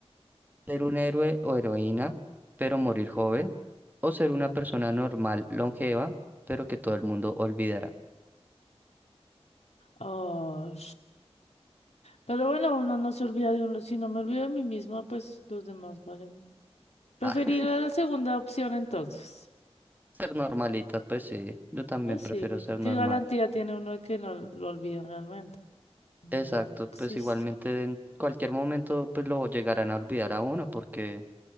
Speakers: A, on the right; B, on the left.
A: Ser un héroe o heroína, pero morir joven, o ser una persona normal, longeva, pero que todo el mundo olvidará.
B: Oh, pero bueno, uno no se olvida de uno. Si no me olvido de mí misma, pues los demás valen. Preferiría
A: Ah, <laughs>
B: la segunda opción entonces.
A: ser normalita, pues sí, yo también
B: Pues
A: prefiero
B: sí, porque
A: ser
B: ¿qué
A: normal.
B: garantía tiene uno de que no lo olviden realmente? No
A: Exacto,
B: existe.
A: pues igualmente en cualquier momento pues lo llegarán a olvidar a uno porque,